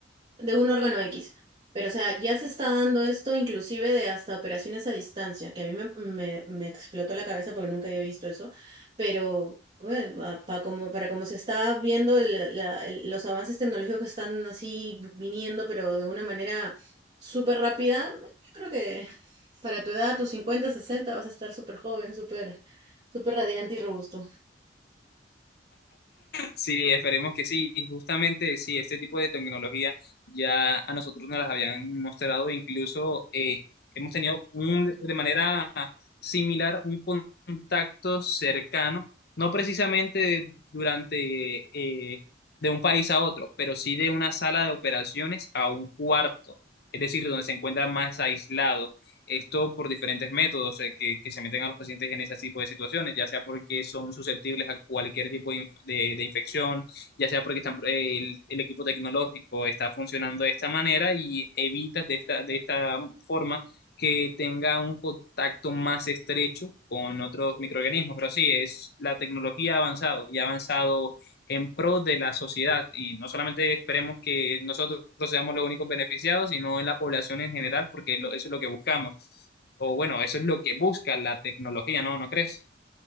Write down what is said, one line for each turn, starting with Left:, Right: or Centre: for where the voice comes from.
Right: de un órgano X. Pero, o sea, ya se está dando esto inclusive de hasta operaciones a distancia, que a mí me, me, me explotó la cabeza porque nunca había visto eso, pero para como, para como se está viendo la- la- el- los avances tecnológicos que están así viniendo, pero de una manera súper rápida, yo creo que para tu edad, tus 50 60 vas a estar súper joven, súper, súper radiante y robusto.
Left: Sí, esperemos que sí. Y justamente, sí, este tipo de tecnología ya a nosotros nos las habían mostrado, incluso eh, hemos tenido un, de manera similar un contacto cercano, no precisamente durante eh, de un país a otro, pero sí de una sala de operaciones a un cuarto, es decir, donde se encuentran más aislados. Esto por diferentes métodos eh, que, que se meten a los pacientes en ese tipo de situaciones, ya sea porque son susceptibles a cualquier tipo de, inf- de- de infección, ya sea porque están, eh, el, el equipo tecnológico está funcionando de esta manera y evitas de esta, de esta forma que tenga un contacto más estrecho con otros microorganismos. Pero sí, es la tecnología ha avanzado y ha avanzado en pro de la sociedad y no solamente esperemos que nosotros seamos los únicos beneficiados, sino en la población en general, porque lo- eso es lo que buscamos. O bueno, eso es lo que busca la tecnología, ¿no? ¿No crees?